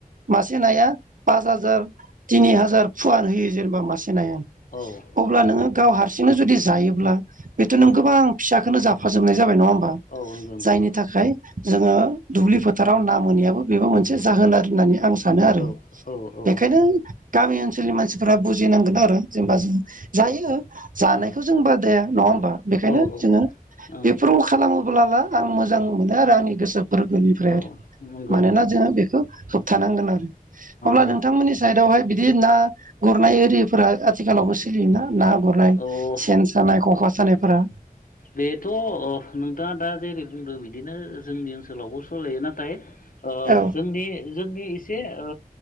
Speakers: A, on the right (about 60°); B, on the left (about 60°).
A: मासे नाया पास हाजार तिनि हाजार फुवान होयो जेनेबा मासे नाया।
B: औ।
A: अब्ला नोङो गाव हारसिंनो जुदि जायोब्ला बेथ'
B: औ
A: नों गोबां फिसाखोनो जाफाजोबनाय जाबाय नङा होमबा?
B: औ। नोंथां
A: जायनि थाखाय जोङो
B: औ
A: दुब्लि फोथाराव ना मोनैयाबो बेबो मोनसे जाहोन आरो होननानै आं सानो आरो
B: औ औ
A: बेखायनो गामि ओनसोलनि मानसिफोरा बुजिनांगोन आरो जेनेबा जों जायो जानायखौ
B: औ
A: जों बादाया नङा होमबा बेखायनो
B: औ औ
A: जोङो
B: ओ
A: बेफोरखौ खालामोब्लाला आं मोजां मोनो आरो आंनि गोसो गोरबोनिफ्राय
B: औ
A: आरो
B: नंगौ
A: मानोना
B: नोंथां
A: जोङो बेखौ होबथानांगोन आरो अब्ला
B: ओ
A: नोंथांमोननि साइदावहाय बिदि ना गुरनाय एरिफोरा आथिखालावबो सोलियोना ना गुरनाय
B: औ औ
A: सेन सानाय खखा सानायफोरा।
B: बेथ' अ नोंथाङा दा जेरै बुंदों बिदिनो जोंनि ओनसोलावबो सलियो नाथाय ओ
A: औ
B: जोंनि जोंनि इसे ओ